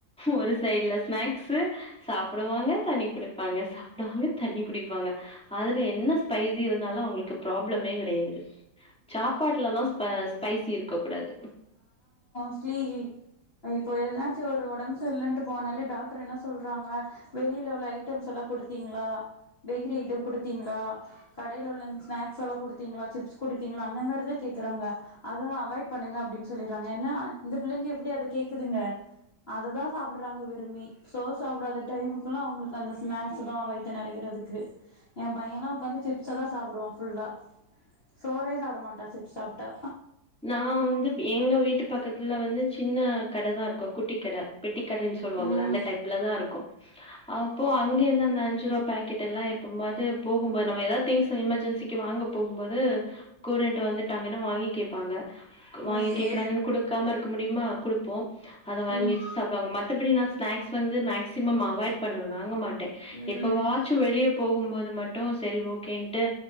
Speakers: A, in the centre; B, on the left.
A: ஒரு சைடுல ஸ்நாக்ஸ் து சாப்புடுவாங்க தண்ணி குடுப்பாங்க சாப்புடுவாங்க தண்ணி குடிப்பாங்க அதுல என்ன ஸ்பைஸ் ப்டி இருந்தாலு அவங்களுக்கு ப்ராப்ளமே கெடையாது சாப்பாட்டுல தா ஸ்பாஸ் பைசி இருக்கூடாது
B: ஸ்டிலி இப்பாஎதனாச்சும் ஒரு உடம்புசர்ல இல்லட்டு போனாலே டாக்டர் என்ன சொல்றாங்க வெளியில உள்ள ஐட்டம்ஸ் எல்லா கொடுத்தீங்களா பேக்கரி ஐட்டம் குடுத்தீங்கலா கடைல உள்ள ஸ்நாக்ஸ் எல்லாகொடுத்தீங்களா சிப்ஸ் குடுத்தீங்களா அந்த மாரிதாகேக்குறாங்க அதெல்லா அவாய்ட் பண்ணுங்க அப்பிடின்னு சொல்லிருவாங்க என்ன இந்த பிள்ளைங்க எப்பிடி அத கேக்குதுங்க அததா சாப்பிடுறாங்க விரும்பி சோறு சாப்பிடாத டைமுக்குல்லா அவங்களுக்கு அந்த ஸ்நாக்ஸ் தா வைத்த நெறைக்கிறதுக்கு என் பையன்ல்லா உ்காந்து சிப்ஸ் தா சாப்பிடுவான் ஃபுல்லா சோறே சாப்படமாட்டா சிப்ஸ் சாப்ட்டா
A: நா வந்து எங்க வீட்டு பக்கத்துல வந்து சின்னகடதா இருக்கு குட்டிகட பெட் ட்டி கடன்னு சொல்லுவாங்கள
B: ம்
A: அந்த டைப்லதா இருக்கு அப்போ அங்கிருந்து அந்த அஞ்சு ரூபா பேக்கெட் எல்லா எப்பும்பாது போகுபோ நம்ம ஏதாவது திங்ஸ் எமர்ஜென்சிக்கு வாங்க போகுபோது கூடட்டு வந்துட்டாங்கன்னா வாங்கி கே ப்பாங்க வாங்கி
B: ஓகே
A: கேக்குறாங்கன்னு குடுக்காம இருக்க முடியு ம்மா குடுப்போ அத வாங்கிவச்சி
B: ம்
A: சாப்பிடுவாங்க மத்தபடினா ஸ்நாக்ஸ் வந்து மேக்சிமம் அவாய்ட் பண்ணுவன் வாங்க மாட்டன்
B: ம்
A: இப்போ வாச்சு வெளியே போகும் போது மட்டும் சரி ஓகேன்ட்டு